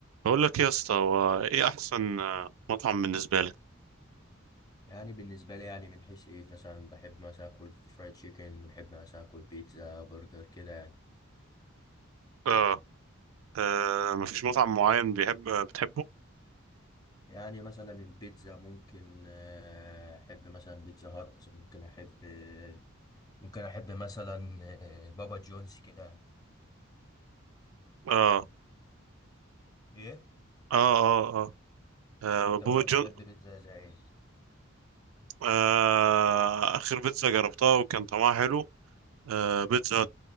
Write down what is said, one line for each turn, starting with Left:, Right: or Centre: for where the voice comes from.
Right: بقول لك يا اسطى هو ايه احسن آه، مطعم بالنسبه لك
Left: يعني بالنسبة لي يعني من حيث ايه مثلا بحب مثلا اكل فرايد تشيكن بحب مثلا اكل بيتزا برجر كده يعني
Right: اه, آه مفيش مطعم معين بيحب آه، بتحبه
Left: يعني مثلا البيتزا ممكن آه، احب مثلا بيتزا هات ممكن احب آه، ممكن احب مثلا آه، بابا جونز كده يعني.
Right: اه
Left: ايه
Right: اه اه اه, آه
Left: انت
Right: بابا
Left: مثلا
Right: جون
Left: بتحب بيتزا زي ايه
Right: آه اخر بيتزا جربتها وكان طعمها حلو آه بيتزا هت